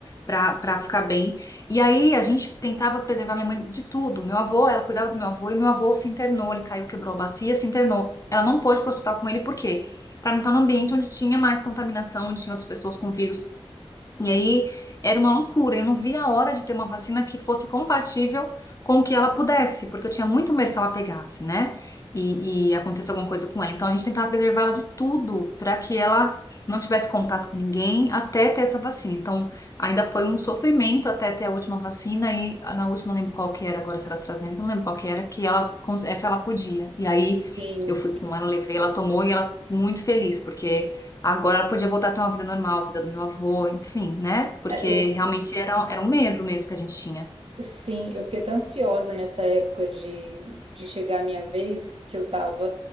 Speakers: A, on the left (about 35°); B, on the right (about 70°).
A: para para ficar bem. E aí a gente tentava preservar minha mãe de tudo. Meu avô, ela cuidava do meu avô e meu avô se internou, ele caiu, quebrou a bacia, se internou. Ela não pôde ir para o hospital com ele, por quê? Para não estar num ambiente onde tinha mais contaminação, onde tinha outras pessoas com vírus. E aí era uma loucura. Eu não via a hora de ter uma vacina que fosse compatível com o que ela pudesse, porque eu tinha muito medo que ela pegasse, né? E, e acontecesse alguma coisa com ela. Então a gente tentava preservar ela de tudo para que ela não tivesse contato com ninguém até ter essa vacina. Então ainda foi um sofrimento até ter a última vacina. E ah, na última, não lembro qual que era, agora se era AstraZeneca, não lembro qual que era, que ela, cons- essa ela podia. E aí
B: Sim,
A: eu fui com ela, levei, ela tomou e ela muito feliz, porque. Agora ela podia voltar a ter uma vida normal, cuidar do meu avô, enfim, né? Porque
B: é, eu,
A: realmente era, era um medo mesmo que a gente tinha.
B: sim, eu fiquei tão ansiosa nessa época de, de chegar a minha vez que eu tava,